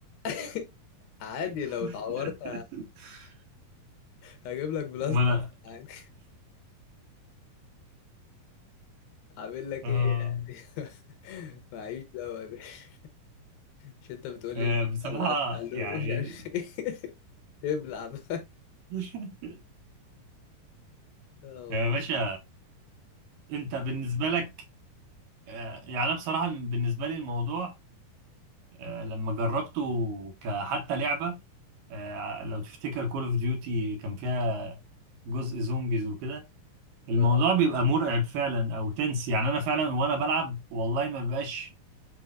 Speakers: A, on the left; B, on the right.
A: <laughs> عادي
B: <laughs>
A: لو اتعورت هجيب لك بلاستر
B: ما انا
A: حاجة. عامل لك
B: اه
A: ايه يعني <laughs> معيش دواء يا باشا مش انت بتقول
B: آه،
A: لي المحل
B: بصراحة
A: اللي قفل
B: يعني
A: مش عارف ايه <laughs> تبلع بقى
B: <laughs>
A: اه والله
B: يا باشا انت بالنسبة لك آه، يعني انا بصراحة بالنسبة لي الموضوع آه، لما جربته كحتى لعبة آه، لو تفتكر كول اوف ديوتي كان فيها جزء زومبيز وكده الموضوع
A: اه
B: بيبقى مرعب فعلا او تنس يعني انا فعلا وانا بلعب والله ما ببقاش